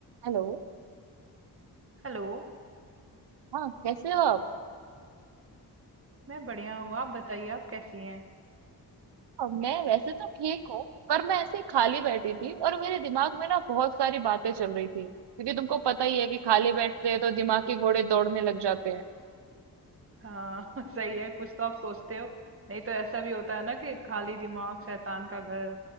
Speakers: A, on the right; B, on the right.
A: Hello
B: हेलो
A: हाँ कैसे हो आप
B: मैं बढ़िया हूँ आप बताइए आप कैसी हैं
A: हाँ, मैं वैसे तो ठीक हूँ पर मैं ऐसे खाली बैठी थी और मेरे दिमाग में ना बहुत सारी बातें चल रही थी क्योंकि तुमको पता ही है कि खाली बैठते हैं तो दिमाग के घोड़े दौड़ने लग जाते हैं
B: हाँ <laughs> सही है कुछ तो आप सोचते हो नहीं तो ऐसा भी होता है ना कि खाली दिमाग शैतान का घर